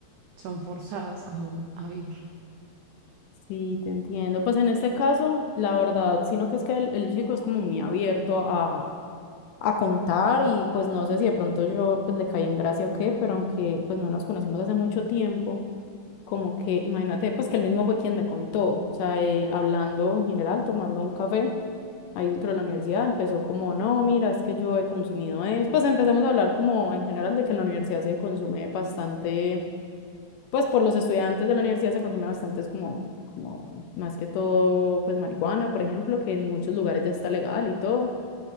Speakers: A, on the right; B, on the left.
A: son forzadas como a ir.
B: Sí, te entiendo. Pues en este caso, la verdad, sino que es que el, el chico es como muy abierto a, a contar y pues no sé si de pronto yo pues le caí en gracia o qué, pero aunque pues no nos conocemos hace mucho tiempo, como que imagínate pues que él mismo fue quien me contó, o sea, él hablando en general, tomando un café ahí dentro de la universidad, empezó como, no, mira, es que yo he consumido eso. Pues empezamos a hablar como en general de que en la universidad se consume bastante, pues por los estudiantes de la universidad se consume bastante, es como, como más que todo, pues marihuana, por ejemplo, que en muchos lugares ya está legal y todo.